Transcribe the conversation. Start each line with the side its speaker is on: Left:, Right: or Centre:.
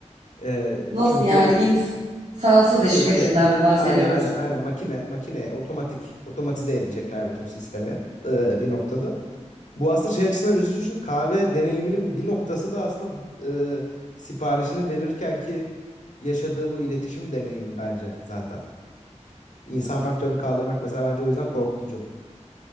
Left: E,
Right: Nasıl
Left: çünkü
Right: yani insansız
Left: Tabii
Right: iş gücünden
Left: tabii.
Right: mi bahsediyoruz?
Left: Aynen aynen aynen makine makine otomatik otomatize edecekler bütün sistemi e, bir noktada. Bu aslında şey açısından üzücü çünkü kahve deneyiminin bir noktası da aslında e, siparişini verirken ki yaşadığın o iletişim deneyimi bence zaten. İnsan faktörünü kaldırmak mesela bence o yüzden korkutucu.